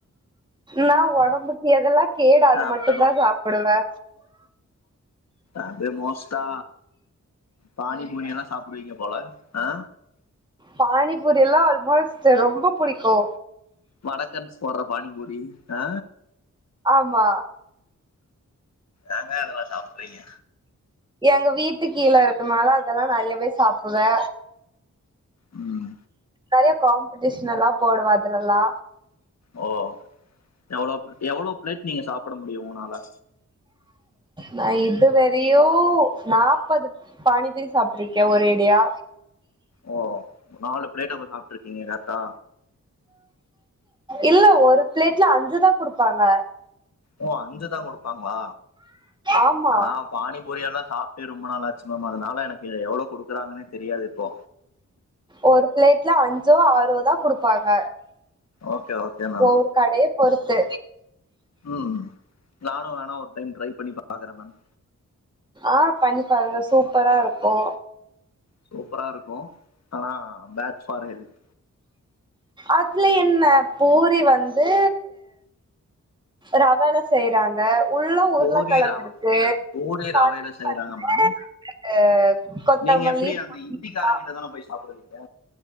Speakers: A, on the right (about 15°); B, on the left (about 60°).
A: நா ஒடம்புக்கு எதெல்லா கேடு அது
B: ஆஃப்டர்நூன்
A: மட்டுந்தா சாப்டுவே
B: அது மோஸ்ட்டா பாணி பூரி எல்லா சாப்டுவீங்க போல ஆ
A: பானி பூரில்லா ஆல்மோஸ்ட்டு ரொம்ப புடிக்கு
B: வடக்கன்ஸ் போட்ற பானிபூரி ஆ
A: ஆமா
B: ஏங்க அதெல்லா சாப்ட்றிங்க
A: எங்க வீட்டு கீழ இருக்கநாலா அதெல்லா நெறையவே சாப்புடுவே
B: ம்
A: நெறையா காம்பிடிஷனலா போடுவே அதுலல்லா
B: ஓ எவ்ளோ எவ்ளோ பிளேட் நீங்க சாப்ட முடியு உங்னால
A: நா இதுவரையு நாப்பது பானிபூரி சாப்ட்டுருக்கே ஒரேடியா
B: ஓ நாலு பிளேட் அப்ப சாப்ட்ருக்கீங்க கரெக்ட்டா
A: இல்ல ஒரு பிளேட்ல அஞ்சுதா குடுப்பாங்க
B: ஓ அஞ்சுதா குடுப்பாங்களா
A: ஆமா
B: நா பானிபூரி எல்லா சாப் டே ரொம்ப நாளாச்சு மேம் அதனால எனக்கு எவ்ளோ குடுக்குறாங்னே தெரியாது இப்போ
A: ஒரு பிளேட்ல அஞ்சோ ஆறோதா குடுப்பாங்க
B: ஓகே ஓகே மேம்
A: ஒவ்வொரு கடைய பொறுத்து
B: ம் நானு வேணா ஒரு டைம் ட்ரை பண்ணி பாக்குறே மேம்
A: ஆ பண்ணி பாருங்க சூப்பரா இருக்கு
B: சூப்பராருக்கு ஆனா பேட் ஃபார் ஹெல்த்
A: அதுல என்ன பூரி வந்து ரவைல செய்றாங்க உள்ள உருளக்கழங்கு
B: பூரி ரவ
A: இருக்கு
B: பூரி
A: தண்ணி
B: ரவையில செய்யறாங்க
A: வந்து
B: மேம்
A: இது கொத்தமல்லி
B: நீங்க எப்டி அந்த
A: புதினா
B: இந்திக்காரங்கிட்ட தான போய் சாப்டுவீங்க